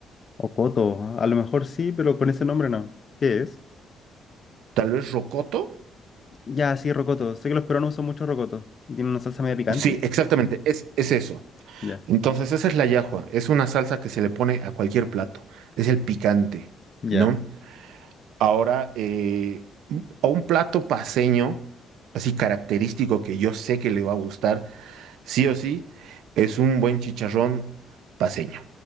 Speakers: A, on the left; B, on the right.
A: Rocoto, ah, a lo mejor sí, pero con ese nombre no. ¿Qué es?
B: tal vez rocoto.
A: Ya, sí, rocoto. Sé que los peruanos usan mucho rocoto. ¿Y tiene una salsa media picante?
B: Sí, exactamente, es, es eso.
A: Ya.
B: Entonces, esa es la yahua, es una salsa que se le pone a cualquier plato, es el picante,
A: Ya.
B: ¿no? Ahora, eh, a un plato paseño, así característico que yo sé que le va a gustar, sí o sí, es un buen chicharrón paceño,